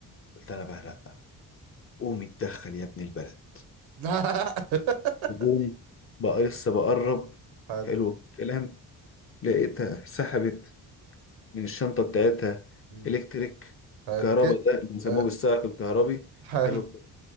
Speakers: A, on the left; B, on the right.
A: قلت انا بقى لا قوم اتدخل يا ابن البلد
B: لا <laughs>
A: قوم بقى لسه بقرب
B: حلو
A: حلو الكلام لقيتها سحبت من الشنطة بتاعتها
B: مم،
A: الكتريك
B: حلو
A: كهرباء
B: كده
A: ده اللي بنسموه
B: آه،
A: بالسائق الكهربي
B: حلو
A: حلو